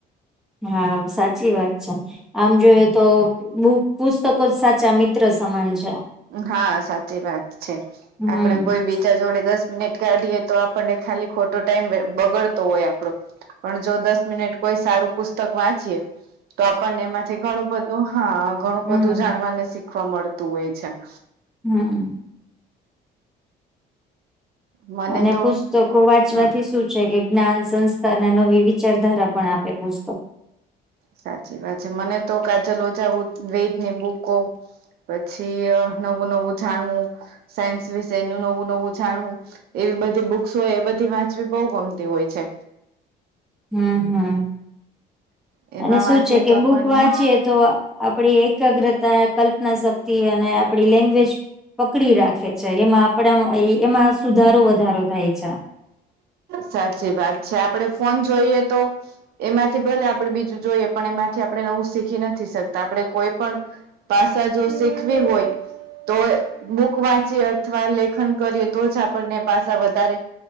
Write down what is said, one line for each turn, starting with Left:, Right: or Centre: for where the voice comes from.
Centre: હા સાચી વાત છે. આમ જોયએ તો બુ પુસ્તકો જ સાચા મિત્ર સમાન છે.
Right: હા સાચી વાત છે
Centre: હમ
Right: આપડે કોઈ બીજા. જોડે દસ મિનિટ કાઢીએ તો આપણને ખાલી ખોટો ટાઈમ બગડતો હોય આપણો પણ જો દસ મિનિટ કોઈ સારું પુસ્તક વાંચીએ તો આપણને એમાંથી ઘણું બધું હા ઘણું
Centre: હમ
Right: બધું જાણવાને શીખવા મળતું હોય છે. હ <unintelligible>
Centre: હા હા.
Right: મને
Centre: અને
Right: તો
Centre: પુસ્તકો વાંચવાથી
Right: હા
Centre: શું. કે જ્ઞાન સંસ્કાર નવી વિચારધારા પણ આપે પૂ
Right: સાચી વાત છે મને તો કાચલ ઓછા વેતની બુકો પછી નવું નવું જાણવું સાયન્સ વિશેનું નવું નવું જાણવું એવી બધી બુક્સ હોય એ બધી વાંચવી બહુ ગમતી હોય છે.
Centre: હમ હમ
Right: એમાં
Centre: અને
Right: વાંચીએ
Centre: શું છે
Right: તો
Centre: કે
Right: આપણને
Centre: બુક વાંચીએે તો. આપડી એકાગ્રતા કલ્પના શક્તિ અને આપડી લેંગ્વેજ પકડી રાખ. છે એમાં આપડા એમાં સુધારો વધારો થાય છે
Right: સાચી વાત છે આપડે ફોન જોઈએ તો એમાંથી ભલે આપડણે બીજું જોઈએ પણ એમાંથી આપણે નવું શીખી નથી શકતા આપણે કોઈ પણ ભાષા જો શીખવી હોય તો બુક વાંચી અથવા લેખન કરીએ તો જ આપણને ભાષા વધારે